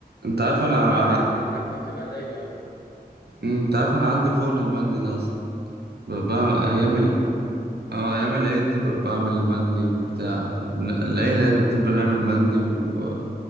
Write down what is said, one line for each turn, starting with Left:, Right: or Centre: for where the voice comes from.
Right: انت عارف
Left: حلاوتها
Right: انا
Left: بقى
Right: انا
Left: ان اللحمه بتبقى دايبه قوي
Right: مم، انت عارف انا عندي فرن المندي ده اصلا بقى
Left: عندك فرن
Right: ايام
Left: مندي
Right: اه ايام العيد دي ببقى بعمل مندي وبتاع العيله يعني بتبقى نعمل مندي و